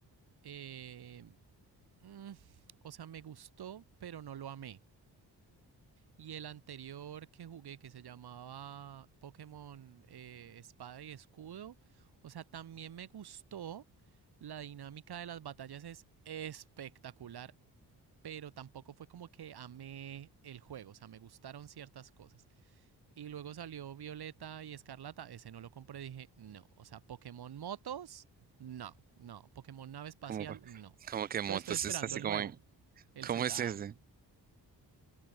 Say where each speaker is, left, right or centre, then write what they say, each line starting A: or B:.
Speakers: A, on the right (about 60°); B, on the right (about 25°).
A: Eh, mm, o sea, me gustó, pero no lo amé. Y el anterior que jugué, que se llamaba Pokémon eh, Espada y Escudo, o sea, también me gustó. La dinámica de las batallas es espectacular, pero tampoco fue como que amé el juego, o sea, me gustaron ciertas cosas. Y luego salió Violeta y Escarlata. Ese no lo compré. Dije, no. O sea, Pokémon Motos, no. No. Pokémon Nave Espacial,
B: Como,
A: no.
B: como que
A: Entonces
B: motos,
A: estoy esperando
B: es así
A: el
B: como
A: nuevo.
B: en,
A: El
B: ¿cómo
A: ZA.
B: es ese?